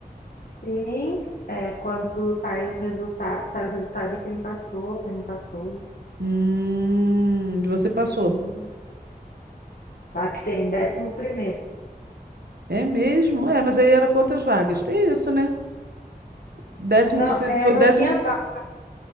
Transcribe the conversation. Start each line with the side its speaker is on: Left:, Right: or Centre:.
Left: sim, é, quando saem os resultados, sai o resultado de quem passou, quem não passou.
Right: Hum, você passou.
Left: Uhum. Passei em décimo primeiro.
Right: É mesmo? É, mas aí era quantas vagas? Tem isso, né? Décimo,
Left: Não,
Right: você
Left: é,
Right: foi
Left: não
Right: décimo.
Left: tinha vaga,